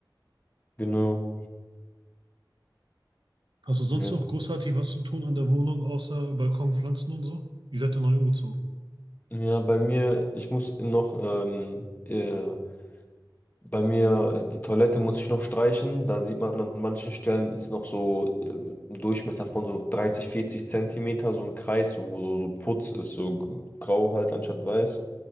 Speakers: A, on the left; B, on the right.
A: Genau.
B: Hast du sonst
A: Ja.
B: noch großartig was zu tun an der Wohnung, außer Balkon, Pflanzen und so? Ihr seid ja neu umgezogen.
A: Ja, bei mir, ich muss noch ähm, äh, Bei mir, äh, die Toilette muss ich noch streichen. Da sieht man an manchen Stellen ist noch so ähm, ein Durchmesser von so 30, 40 Zentimeter, so ein Kreis, so, wo so, so Putz ist, so g- grau halt anstatt weiß.